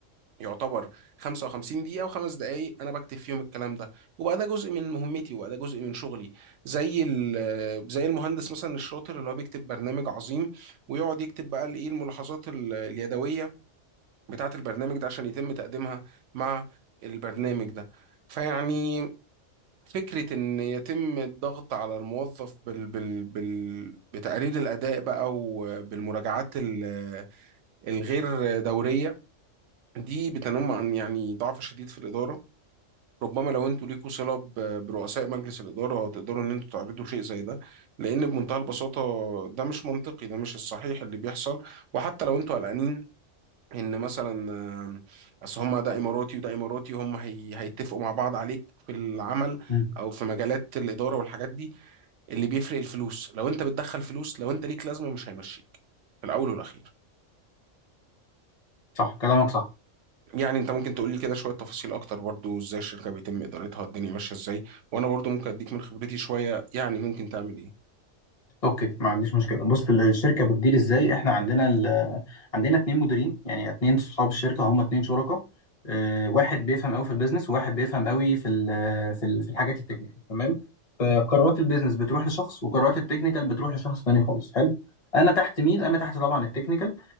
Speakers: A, on the right (about 70°); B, on the left (about 40°).
A: يعتبر 55 دقيقة وخمس دقايق أنا بكتب فيهم الكلام ده وبقى ده جزء من مهمتي وبقى ده جزء من شغلي زي ال- زي المهندس مثلا الشاطر اللي هو بيكتب برنامج عظيم ويقعد يكتب بقى الإيه الملاحظات ال- اليدوية بتاعة البرنامج ده عشان يتم تقديمها مع البرنامج ده فيعني فكرة إن يتم الضغط على الموظف بال بال بال بتقرير الأداء بقى وبالمراجعات ال- الغير دورية دي بتنم عن يعني ضعف شديد في الإدارة ربما لو انتوا ليكوا صلة ب- برؤساء مجلس الإدارة تقدروا ان انتوا تعرضوا شيء زي ده لأن بمنتهى البساطة ده مش منطقي ده مش الصحيح اللي بيحصل وحتى لو انتوا قلقانين ان مثلا آه، اصل هم ده اماراتي وده اماراتي هم هي هيتفقوا مع بعض عليك في العمل
B: مم.
A: او في مجالات الإدارة والحاجات دي اللي بيفرق الفلوس لو انت بتدخل فلوس لو انت ليك لازمة مش هيمشيك في الأول والأخير
B: صح كلامك صح
A: يعني انت ممكن تقول لي كده شوية تفاصيل اكتر برضو ازاي الشركة بيتم ادارتها الدنيا ماشية ازاي وانا برضو ممكن اديك من خبرتي شوية يعني ممكن تعمل ايه
B: اوكي ما عنديش مشكله بص الشركه بتدير ازاي احنا عندنا ال... عندنا اتنين مديرين يعني اتنين صحاب الشركه هم اتنين شركاء اه واحد بيفهم قوي في البيزنس وواحد بيفهم قوي في ال... في ال... في الحاجات التكنيكال تمام فقرارات البيزنس بتروح لشخص وقرارات التكنيكال بتروح لشخص تاني خالص حلو انا تحت مين انا تحت طبعا التكنيكال